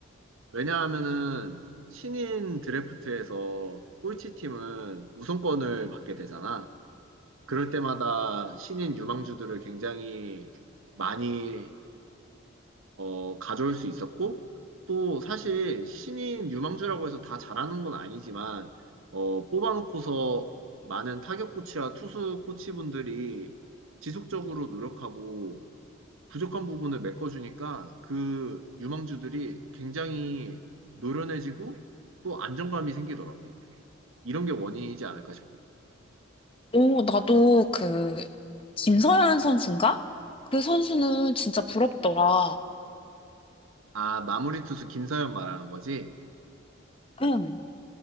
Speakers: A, on the right; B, on the left.
A: 왜냐하면은 신인 드래프트에서 꼴찌팀은 우선권을 받게 되잖아. 그럴 때마다 신인 유망주들을 굉장히 많이 어, 가져올 수 있었고 또 사실 신인 유망주라고 해서 다 잘하는 건 아니지만 어, 뽑아놓고서 많은 타격 코치와 투수 코치분들이 지속적으로 노력하고 부족한 부분을 메꿔주니까 그 유망주들이 굉장히 노련해지고 또 안정감이 생기더라고. 이런 게 원인이지 않을까 싶어.
B: 오, 나도 그 김서현 선수인가? 그 선수는 진짜 부럽더라.
A: 아, 마무리 투수 김서현 말하는 거지?
B: 응.